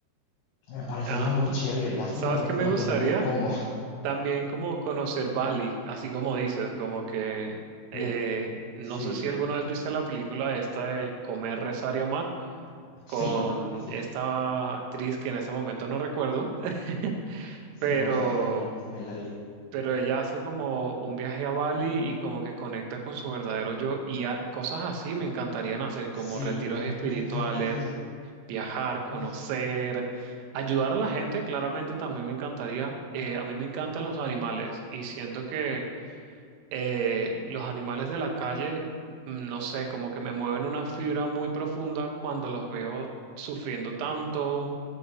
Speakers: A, on the left; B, on the right.
A: Me parecería
B: Ajá.
A: muy chévere, lástima
B: ¿Sabes
A: no,
B: qué me
A: no
B: gustaría?
A: tener el cómo. <laughs>
B: También como conocer Bali, así como dices, como que eh,
A: Uf,
B: no
A: sí,
B: sé si alguna vez viste la película esta de Comer, Rezar y Amar
A: sí,
B: con
A: sí,
B: esta actriz que en ese momento no recuerdo, <laughs>
A: sí,
B: pero,
A: no, sí, yo también me la di.
B: pero ella hace como un viaje a Bali y como que conecta con su verdadero yo y a- cosas así me encantarían hacer, como
A: Sí,
B: retiros
A: a mí
B: espirituales,
A: me, me encantaría.
B: viajar, conocer,
A: Uf,
B: ayudar a la gente, claramente también me encantaría. Eh, a mí me encantan los animales y siento que eh, los animales de la calle, mm, no sé, como que me mueven una fibra muy profunda cuando los veo sufriendo tanto